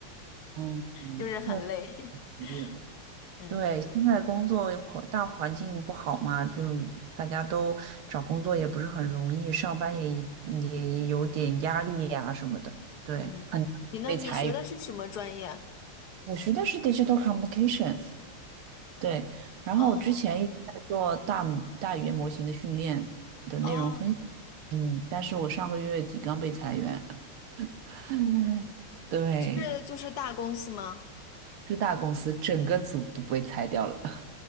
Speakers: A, on the right (about 80°); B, on the left (about 60°).
A: 嗯，
B: 就是很累。
A: 确
B: <laughs>
A: 实有。
B: 嗯
A: 对，现在工作环大环境不好嘛，就大家都找工作也不是很容易，上班也也有点压力呀、什么的，对，
B: 嗯，
A: 很难被裁员。
B: 你呢？你学的是什么专业？
A: 我学的是 digital communication，对，然后我之前一直在做大模大语言模型的训练的内容分析
B: 哦哦，
A: 嗯，但是我上个月底刚被裁员，<laughs> 对，
B: 是就是大公司吗？
A: 是大公司整个组都被裁掉了。